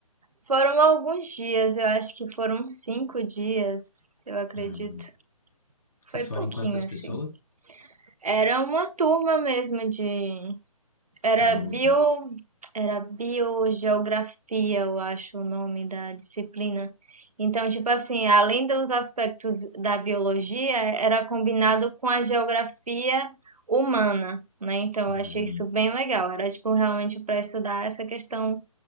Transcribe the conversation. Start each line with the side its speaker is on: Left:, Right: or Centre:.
Right: foram alguns dias, eu acho que foram cinco dias, eu acredito.
Left: Uhum.
Right: Foi
Left: Vocês foram
Right: pouquinho,
Left: em quantas
Right: assim.
Left: pessoas
Right: Era uma turma mesmo de. Era
Left: de aluno?
Right: bio. Era biogeografia, eu acho o nome da disciplina. Então, tipo assim, além dos aspectos da biologia, era combinado com a geografia humana, né? Então,
Left: Uhum.
Right: eu achei isso bem legal. Era, tipo, realmente para estudar essa questão